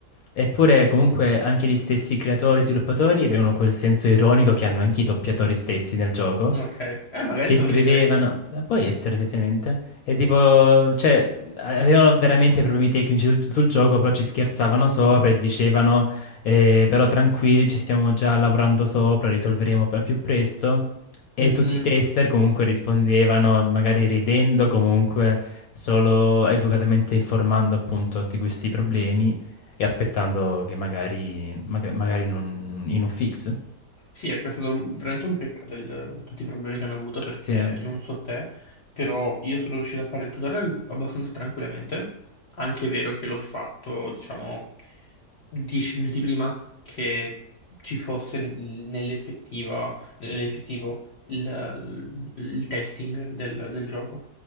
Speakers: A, on the left (about 70°); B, on the left (about 50°).
A: eppure comunque anche gli stessi creatori e sviluppatori avevano quel senso ironico che hanno anche i doppiatori stessi nel gioco,
B: Ok, eh, magari
A: gli
B: sono
A: scrivevano,
B: gli stessi.
A: eh, può essere effettivamente, e tipo, cioè, avevano veramente problemi tecnici sul, sul gioco, però ci scherzavano sopra e dicevano, eh, però tranquilli, ci stiamo già lavorando sopra, risolveremo al più presto. E
B: Mhm.
A: tutti i tester comunque rispondevano, magari ridendo, comunque solo educatamente informando appunto di questi problemi e aspettando che magari, maga- magari non, in un fix.
B: Sì, ecco, è stato un- veramente un peccato il- tutti i problemi che hanno avuto perché
A: Sì,
B: non so te, però io sono riuscito a fare il tutorial abbastanza tranquillamente. Anche è vero che l'ho fatto, diciamo, 10 minuti prima che ci fosse n- nell'effettiva, nell'effettivo il, il testing del, del gioco.